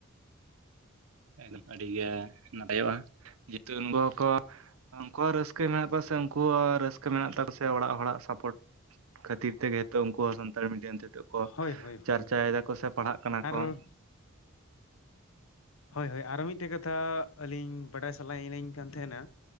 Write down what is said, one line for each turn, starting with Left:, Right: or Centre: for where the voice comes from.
Right: ᱮᱠᱫᱚᱢ ᱟᱹᱰᱤ ᱜᱮ ᱱᱟᱯᱟᱭᱚᱜᱼᱟ <unintelligible> ᱩᱱᱠᱩᱣᱟᱜ ᱨᱟᱹᱥᱠᱟᱹ ᱢᱮᱱᱟᱜ ᱠᱚᱣᱟ ᱥᱮ, ᱩᱱᱠᱩᱣᱟᱜ ᱨᱟᱹᱥᱠᱟᱹ ᱢᱮᱱᱟᱜ ᱛᱟᱠᱚ ᱥᱮ, ᱚᱲᱟᱜ ᱦᱚᱲᱟᱜ ᱥᱟᱯᱳᱨᱴ ᱾ ᱠᱷᱟᱛᱤᱨ ᱛᱮᱜᱮ ᱛᱚ ᱩᱱᱠᱩ ᱦᱚᱸ ᱥᱟᱱᱛᱟᱲᱤ ᱢᱤᱰᱤᱭᱟᱢ ᱛᱮ ᱛᱚᱜ ᱠᱚ
Left: ᱦᱳᱭ ᱦᱳᱭ
Right: ᱪᱟᱨᱪᱟᱭᱮᱫᱟ
Left: ᱦᱳᱭ
Right: ᱠᱚ ᱥᱮ ᱯᱟᱲᱦᱟᱜ ᱠᱟᱱᱟ
Left: ᱟᱨ
Right: ᱠᱚ ᱾
Left: ᱦᱚᱭ ᱦᱚᱭ ᱟᱨᱚ ᱢᱤᱫᱴᱮᱱ ᱠᱟᱛᱷᱟ ᱟᱹᱞᱤᱧ ᱵᱟᱰᱟᱭ ᱥᱟᱱᱟᱭᱮᱫ ᱞᱤᱧ ᱠᱟᱱ ᱛᱟᱦᱮᱱᱟ